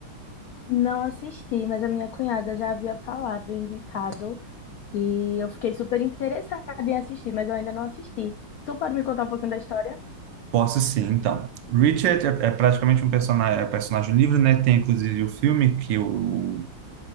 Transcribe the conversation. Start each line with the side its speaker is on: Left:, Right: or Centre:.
Left: Não assisti, mas a minha cunhada já havia falado, indicado. E eu fiquei super interessada em assistir, mas eu ainda não assisti. Tu pode me contar um pouquinho da história?
Right: Posso sim, então. Richard é, é praticamente um personagem, é personagem livre, né? Tem inclusive o filme que o